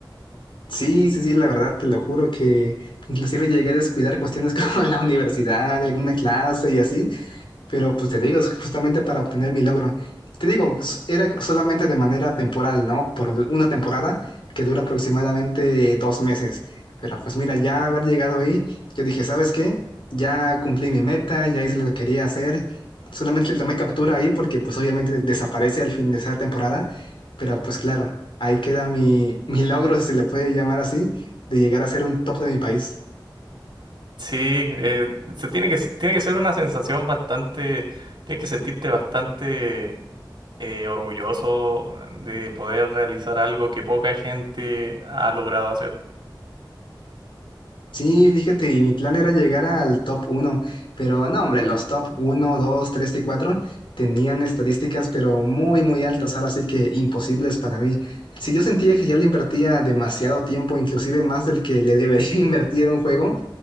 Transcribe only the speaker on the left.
Sí, sí, sí, la verdad, te lo juro que inclusive llegué a descuidar cuestiones <laughs> como la universidad, alguna clase y así, pero pues te digo, es justamente para obtener mi logro. Te digo, s- era solamente de manera temporal, ¿no? Por un- una temporada que dura aproximadamente dos meses. Pero pues mira, ya haber llegado ahí, yo dije, ¿sabes qué? Ya cumplí mi meta, ya hice lo que quería hacer. Solamente le tomé captura ahí porque pues obviamente desaparece al fin de esa temporada. Pero pues claro, ahí queda mi, mi logro, si se le puede llamar así, de llegar a ser un top de mi país.
Sí, fíjate, y mi plan era llegar al top uno, pero no, hombre, los top uno, 2, 3 y 4 tenían estadísticas, pero muy, muy altas, ahora sí que imposibles para mí. Si yo sentía que ya le invertía demasiado tiempo, inclusive más del que le debería <laughs> invertir a un juego,